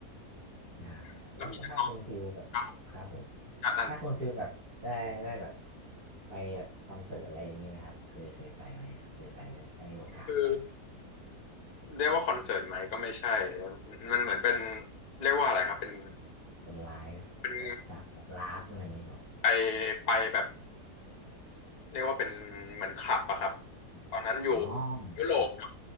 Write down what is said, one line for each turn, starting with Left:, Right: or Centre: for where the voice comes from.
Right: ง่ายครับแล้วถ้าคุณฟิลแบบครับผม
Left: <laughs> แล้วมีนักร้องครับผมอ่ะนั่น
Right: ถ้าคุณฟิลแบบได้ได้แบบไปแบบคอนเสิร์ตอะไรอย่างนี้ไหมครับเคยเคยไปไหมฮะเคยไปได้ได้โอกาสไปไหม
Left: คือ เรียกว่าคอนเสิร์ตไหมก็ไม่ใช่ มันเหมือนเป็นเรียกว่าอะไรครับเป็น
Right: เป็นไลฟ์เอ่อตามแบบร้านอะไรอย่างนี้เปล่า
Left: เป็นไปไปแบบเรียกว่าเป็นเหมือนคลับอะครับ
Right: อมอ๋อ
Left: ตอนนั้นอยู่ยุโรปครับ
Right: ครับ